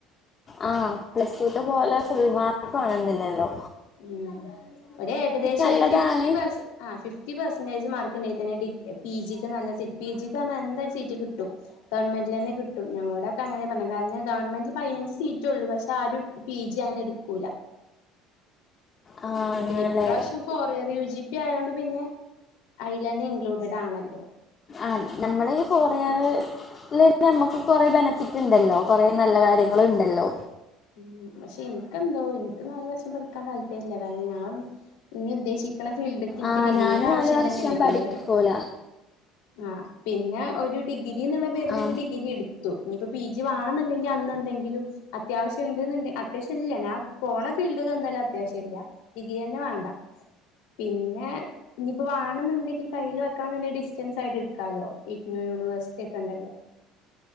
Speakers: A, on the left; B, on the left.
A: ആഹ് പ്ലസ് ടു തെ പോലെ ഫുൾ മാർക്ക് വാണനില്ലല്ലോ.
B: ഉം ഒര് ഏകദേശം
A: നല്ലതാണ്
B: ഒരു ഫിഫ്റ്റി പേസ് ആ ഫിഫ് റ്റീ പെർസെന്റെജ് മാർക്ക് ഇണ്ടേയ് തന്നെ ഡി പി ജിക്ക് നല്ല സീറ്റ് പി ജിക്ക് റഞ്ഞാ എന്തായ സീറ്റ് കിട്ടും. ഗവൺമെന്റിലെന്നെ കിട്ടും ഞങ്ങളടൊെ അങ്ങനെ പറഞ്ഞേ കാരണം ഗവൺമെന്റിൽ പയിനഞ്ച് സീറ്റ ഉള്ളൂ പക്ഷെ ആരും. പി ജി അങ്ങനെ എടുക്കൂല.
A: ആ, അങ്ങനെയല്ലേ
B: പിന്നെ ഇപ്രാശ്യം ഫോറിയർ യു ജിപി ആയോണ്ട് പിന്നെ എയിലെന്നെ ഇൻക്ലൂഡഡ് ആണല്ലോ.
A: ആഹ് നമ്മൾ ഈ ഫോറിയർ <unintelligible> നമ്മക്ക് കുറെേ ബെനഫിറ്റ് ഇണ്ടല്ലോ.. കൊറെേ നല്ല കാര്യങ്ങള്ണ്ടല്ലോ.
B: ഉം പക്ഷെ ഇന്ക്കെന്തോ ഇനിക്ക് നാല് വർഷം പഠിക്കാൻ താല്പര്യല്ല കാരണം ഞാൻ. ഇനി ഉദ്ദേശിക്ക്ണ ഫീൽഡ്ക്ക് ഇനിക്ക്
A: ആ
B: ഡിഗ്രീന്റെ
A: ഞാനും
B: ആവശ്യം
A: നാല് വർഷം
B: തന്നെയില്ലേ പി
A: പഠിക്കൂല
B: ന്നൊരു. ആഹ് പിന്നെ ഒരു ഡിഗ്രി ന്ന്ള്ള പേരിലൊരു
A: ആ
B: ഡിഗ്രി എട തു ഇനിപ്പോ പി ജി വണെന്നുണ്ടെങ്കിൽ അന്ന് എന്തെങ്കിലും അത് അത്യാവശ്യം ഇണ്ട്ന്ന്ണ്ട് അത്യാവശ്യ ഇല്ല ഞാ പോണ ഫീൽഡ് എന്തായാലും അത്യാവശ്യല്ല. ഡിഗ്രി യെന്നെ വാണ്ട പിന്നെ. ഇനിയിപ്പ വണെന്നുണ്ടെങ്കി കയിൽ വെക്കാനുണ്ടെയെ ഡിസ്റ്റൻസ് ആയിട്ട്ടുക്കാലോ ഈക്നോ യൂണിവേഴ്സിറ്റി ഒക്കെ ഉണ്ടല്ലോ.